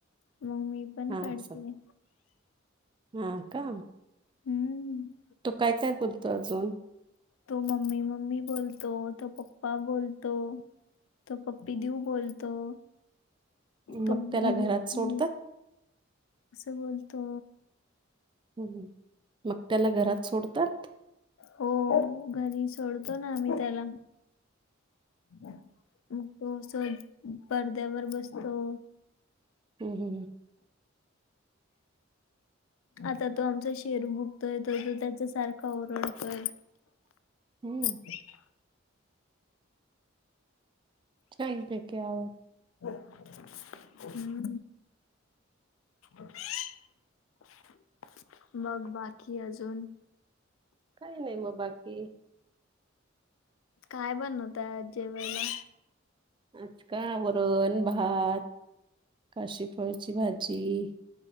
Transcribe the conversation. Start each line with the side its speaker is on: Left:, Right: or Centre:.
Left: मग मी पण
Right: हा
Left: काढतिये.
Right: अस हा का.
Left: हम्म.
Right: तो काय काय बोलतोय अजून
Left: तो मम्मी मम्मी बोलतो तो पप्पा बोलतो. तो पप्पी देऊ बोलतो. तो
Right: मग
Left: मुए
Right: त्याला घरात सोडतात
Left: मुए अस बोलतो.
Right: हम मग त्याला घरात सोडतात.
Left: हो घरी सोडतो ना आम्ही त्याला. मग तो सर्व पडद्यावर बसतो.
Right: हम हमम.
Left: आता तो आमचा शेरू भुकतोय तो तो त्याच्या सारखा ओरडतोय.
Right: हम्म.
Left: ह <inaudible>
Right: च पेकवर. <unintelligible>
Left: हम्. <inaudible> मग बाकी अजून?
Right: काही नाही मग बाकी.
Left: काय बनव ताय जेवायला.
Right: आज काय वरण-भात काशी फळची भाजी.